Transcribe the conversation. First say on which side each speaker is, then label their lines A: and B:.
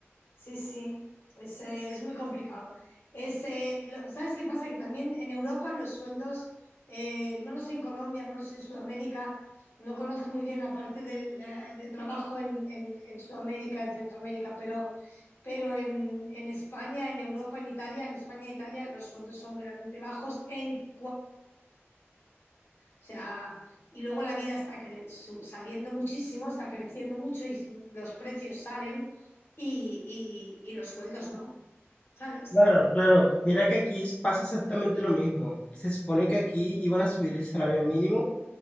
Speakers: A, on the left; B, on the left.
A: Sí, sí, es, eh, es muy complicado. Es, eh, lo- ¿sabes qué pasa? Que también en Europa los sueldos, eh, no lo sé en Colombia, no lo sé en Sudamérica, no conozco muy bien la parte del, eh, de trabajo en, en- en Sudamérica, en Centroamérica, pero, pero en, en España, en Europa, en Italia, en España e Italia los sueldos son verdaderamente bajos en sea, y luego la vida está cre- su- saliendo muchísimo, está creciendo mucho y si, los precios salen y, y- y los sueldos no, ¿sabes?
B: Claro, claro. Mira que aquí es- pasa exactamente lo mismo. Se supone que aquí iban a subir el salario mínimo,